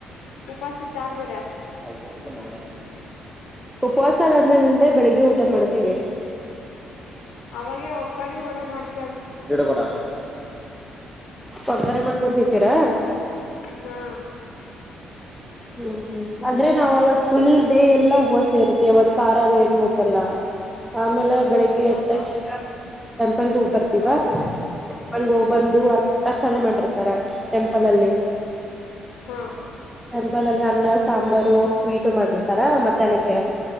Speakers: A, on the left; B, in the centre.
A: ಉಪಾಸಿದ್ದ ಆದ್ಮೇರ
B: ಹ ಒಪ್ಪ ನನ್ನೆ ಉಪವಾಸ ಆದಾದ್ಮೇಲೆಿಂದ್ರೆ ಬೆಳಿಗ್ಗೆ ಊಟ ಮಾಡ್ತೀವಿ
A: ಅವಾಗೆ ಒಗ್ಗಾಣಿ ಒಡೆ ಮಾಡ್ತಿ
B: ಈಕಡೆ ಕೊಡಾ ಒಗ್ಗರೆ ಮಾಡ್ಕೊಂತಿತಿರಾ.
A: ಹಾ.
B: ಹ್ಮ್ ಹ್ಮ್ ಅಂದ್ರೆ ನಾವ್ ಅವತ್ ಫುಲ್ ಡೇ ಎಲ್ಲ ಉಪಸ ಇರ್ತಿ ಅವತ್ ಖಾರ್ ಅದು ಏನು ಮುಟ್ಟಲ್ಲ ಆಮೇಲೆ. ಬೆಳಗ್ಗೆ
A: ಹೌದಾ
B: ಎದ್ ತಕ್ಷಣ. ಪ್ಪಲಗ ಹೋಗ್ ಬರ್ತೀವ
A: ಹಾ
B: ಪ್ಪಲಗ್ ಹೋಗಬಂದು ಕಸದ ಮಾಡ್ರಿ. ತರಾ ಟೆಂಪಲ್ ಲಲ್ಲಿ.
A: ಹಾ.
B: ಟೆಂಪಲ್ ಅಲ್ಲಿ ಅನ್ನ ಸಾಂಬಾರು ಸ್ವೀಟು ಮಾಡಿರ್ತಾರಾ ಮಧ್ಯಾಹ್ನಕ್ಕೆ.